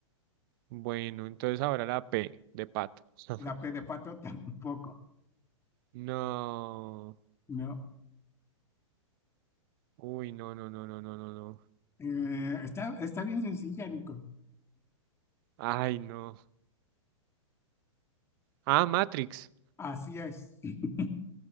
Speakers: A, on the right (about 45°); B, on the left (about 15°).
A: Bueno, entonces ahora la P de pato. <laughs>
B: La P de pato <laughs> tampoco.
A: No.
B: No.
A: Uy, no, no, no, no, no, no, no.
B: Eh, está, está bien sencilla, Nico.
A: Ay, no. Ah, Matrix.
B: Así es. <laughs>